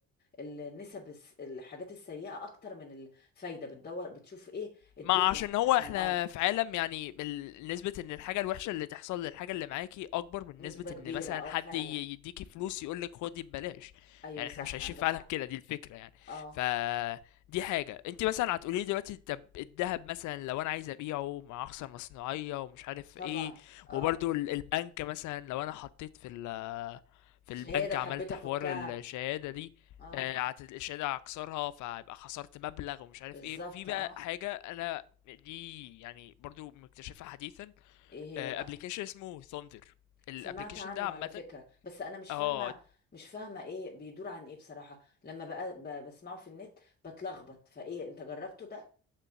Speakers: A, on the left; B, on the left.
A: النسب الس- الحاجات السيئة اكتر من الفايدة بتدور بتشوف ايه الدنيا
B: ما عشان هو
A: عشان
B: احنا
A: اه
B: في عالم يعني ال- نسبة ان الحاجة الوحشة اللي تحصل للحاجة اللي معاكي اكبر من
A: نسبة
B: نسبة ان
A: كبيرة
B: مثلا
A: اه
B: حد
A: فعلا
B: ي- يديكي فلوس يقولك خدي ببلاش
A: ايوه
B: يعني
A: صح
B: احنا مش عايشين
A: عندك
B: في عالم
A: حق
B: كده دي الفكرة يعني
A: اه
B: ف دي حاجة انت مثلا هتقولي لي دلوقتي طب الذهب مثلا لو انا عايز ابيعه مع اخصى مصنوعية ومش عارف
A: طبعا
B: ايه
A: اه
B: وبرضو ال- البنك مثلا لو انا حطيت في ال في
A: شهاده
B: البنك
A: وحبيت
B: عملت
A: افكها
B: حوار الشهادة دي
A: اه
B: آه، عت- الشهادة هكسرها فيبقى خسرت مبلغ ومش عارف
A: بالظبط
B: ايه في بقى
A: اه
B: حاجة انا دي يعني برضو مكتشفها حديثا
A: ايه هي
B: ابلكيشن
A: بقى
B: اسمه ثاندر الابلكيشن
A: سمعت عنه
B: ده عامة
A: على فكره بس انا مش
B: اه
A: فاهمه مش فاهمه ايه بيدور عن ايه بصراحه لما بقى ب- بسمعه في النت بتلخبط فايه انت جربته ده